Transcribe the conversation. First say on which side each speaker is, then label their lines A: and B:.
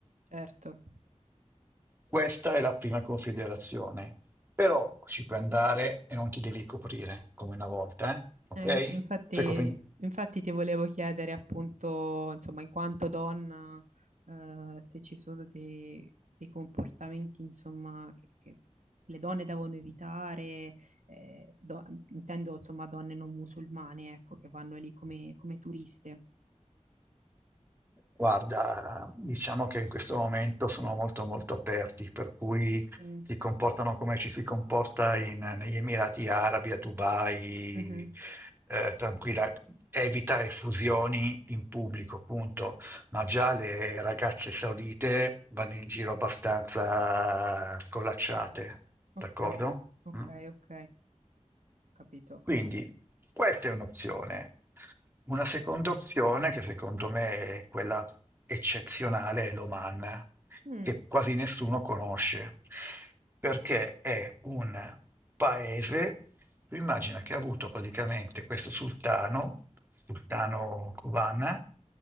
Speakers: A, on the right (about 85°); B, on the right (about 15°).
A: certo.
B: Questa è la prima considerazione. Però ci puoi andare e non ti devi coprire come una volta, eh? Ok?
A: Eh, in- infatti,
B: Sai cosa, in-
A: infatti ti volevo chiedere appunto, insomma, in quanto donna, eh, se ci sono dei, dei comportamenti, insomma, che, che le donne devono evitare, eh, do- intendo, insomma, donne non musulmane, ecco, che vanno lì come, come turiste.
B: Guarda, diciamo che in questo momento sono molto molto aperti, per cui
A: Mm,
B: si comportano come ci si comporta in- negli Emirati Arabi, a Dubai,
A: Mhm.
B: eh, tranquilla, evita effusioni in pubblico, punto. Ma già le ragazze saudite vanno in giro abbastanza scolacciate,
A: Ok,
B: d'accordo?
A: ok,
B: Mm?
A: ok, capito.
B: Quindi questa è un'opzione. Una seconda opzione, che secondo me è quella eccezionale, è l'Oman,
A: Mm,
B: che quasi nessuno conosce, perché è un paese, tu immagina che ha avuto praticamente questo sultano, sultano Kuban,